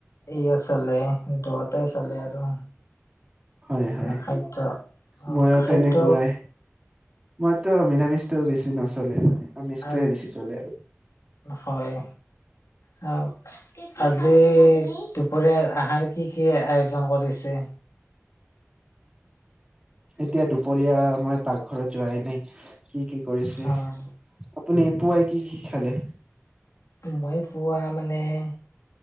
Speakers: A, on the left; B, on the right.
A: ইও চলে, দুয়োটাই চলে আৰু।
B: হয়
A: খানা
B: হয়,
A: খাদ্য অ'
B: ময়ো
A: খাদ্য
B: তেনেকুৱাই, মইতো নিৰামিষ টো বেছি নচলে মানে, আমিষটোহে
A: আজ
B: বেছি চলে আৰু।
A: হয়, আজি দুপ দুপৰীয়াৰ আহাৰ কি কি আয়োজন কৰিছে
B: এতিয়া দুপৰীয়া মই পাকঘৰত যোৱাই নাই কি কি কৰিছে
A: অ',
B: আপুনি পুৱাই কি কি খালে
A: মই পুৱা মানে এ